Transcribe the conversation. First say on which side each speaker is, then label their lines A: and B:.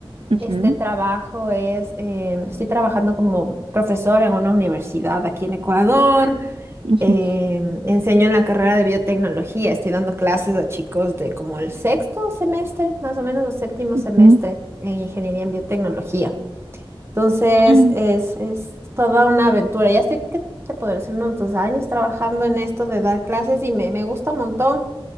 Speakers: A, on the right; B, on the right.
A: Ujú,
B: Este trabajo es, eh, estoy trabajando como profesora en una universidad aquí en Ecuador.
A: ujú,
B: Eh, enseño en la carrera de biotecnología. Estoy dando clases a chicos de como el sexto semestre, más o menos, o séptimo
A: ujú.
B: semestre en ingeniería en biotecnología. Entonces
A: <gasps> Ah,
B: es, es toda una aventura. Ya estoy, ¿qué te podré decir? Unos dos años trabajando en esto de dar clases y me, me gusta un montón.